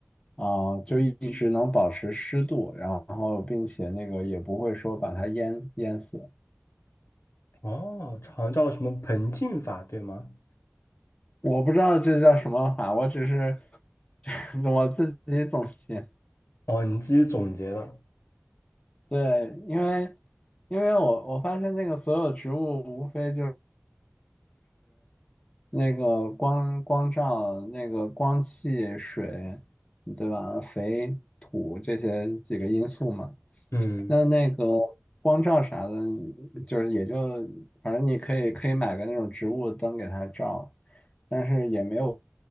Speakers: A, on the left; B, on the left.
A: 啊、就一一直能保持湿度，然后并且那个也不会说把它淹淹死。
B: 哦，好像叫什么盆浸法，对吗？
A: 我不知道这叫什么法，我只是 <laughs> 我自己总结。
B: 哦，你自己总结的。
A: 对，因为因为我我发现那个所有植物无非就是那个光光照、那个光气、水，对吧？肥、土这些几个因素嘛。
B: 嗯，
A: 那那个光照啥的，就是也就反正你可以可以买个那种植物灯给它照，但是也没有